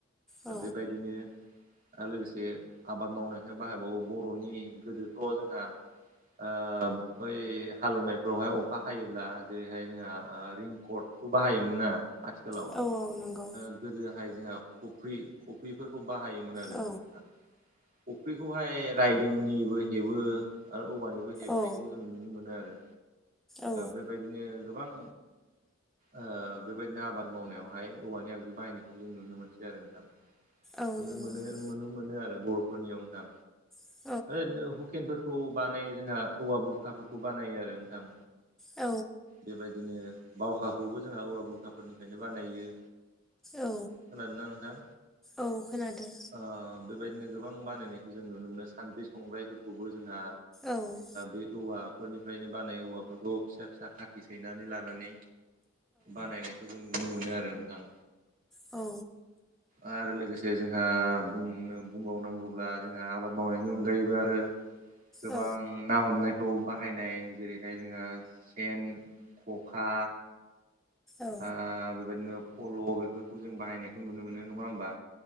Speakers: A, on the right; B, in the centre.
A: दा
B: औ
A: बेबायदिनो आरो लोगोसे आबाद मावनायखाय बाहायबावो बर'नि गोदोथ' जोंहा आ बै हालौवनायफ्रावहाय अखा हायोब्ला जेरैहाय जोंहा रिंकड खौ बाहायोमोन ना आथिखाल आथिखालाव
B: औ नंगौ
A: गोदोहाय जोंहा कफ्रि कफ्रिफोरखौ बाहायोमोन आरो
B: औ
A: जोंहा कफ्रिखौहाय रायदोंनिबो हेबो आरो औवानिबो हेबनायखौ
B: औ
A: जों नुनो मोनो आरो
B: औ
A: बेबायदिनो गोबां ओ बेबायदिनो आबाद मावनायावहाय औवानि आगजु बाहायनायखौबो जों नुनो मोनसै आरो नोंथां
B: औ
A: नुनो मोनो
B: नंगौ
A: नुनो मोनो आरो बर'फोरनियाव नोंथां
B: औ
A: ओरैनो हुकेन खौ बानायो जोंहा औवा बुरखाफोरखौ बानायो आरो नोंथां
B: औ
A: बेबायदिनो बावखाखौबो जोंहा औवा बुरखाफोरनिफ्रायनो बानायो
B: औ
A: खोनादोंना नोंथां।
B: औ खोनादों
A: ओ बेबायदिनो गोबां बानायनायखौ जों नुनो मोनो सान्द्रि संग्राइफोरखौबो जोंहा
B: औ औ
A: बे औवाफोरनिफ्रायनो बानाय औवाफोरखौ फिसा फिसा खाथि सैनानै लानानै बानायनायखौ जों नुनो मोनो आरो नोंथां।
B: औ
A: आरो लोगोसे जोंहानो बुंबावनांगौब्ला जोंहा आबाद मावनायनि अनगायैबो आरो गोबां
B: औ
A: ना हमनायफ्राव बाहायनाय जेरैहाय जोङो सेन खखा
B: औ
A: आ बेबायदिनो फल' बेफोरखौ जों बाहायनायखौ नुनो मोनो नङा होमबा